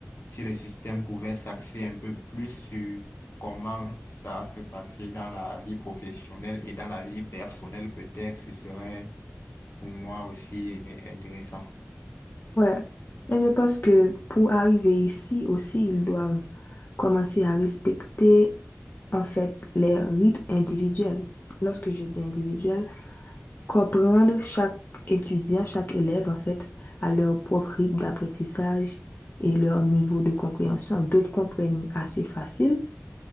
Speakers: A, on the left (about 55°); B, on the left (about 40°).
A: si le système pouvait s'axer un peu plus sur comment ça se passait dans la vie professionnelle et dans la vie personnelle, peut-être ce serait Pour moi aussi, est intéressant.
B: Ouais. Et je pense que pour arriver ici aussi, ils doivent commencer à respecter, en fait, les rites individuels. Lorsque je dis individuel, comprendre chaque étudiant, chaque élève, en fait, à leur propre rythme d'apprentissage et leur niveau de compréhension. D'autres comprennent assez facile